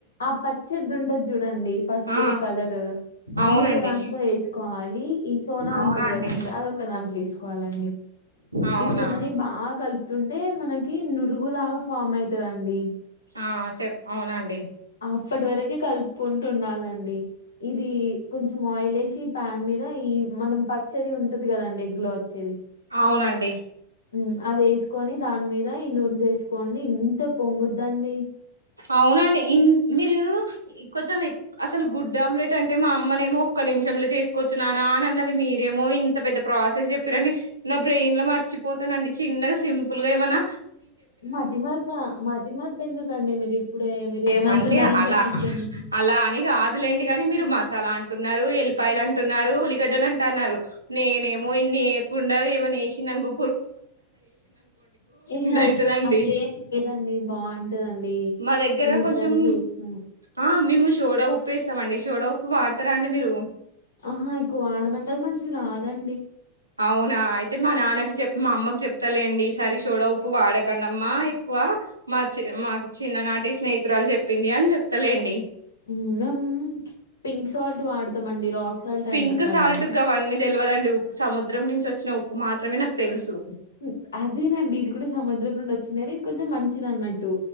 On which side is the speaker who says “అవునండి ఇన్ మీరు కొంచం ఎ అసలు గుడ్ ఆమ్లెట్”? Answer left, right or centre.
Right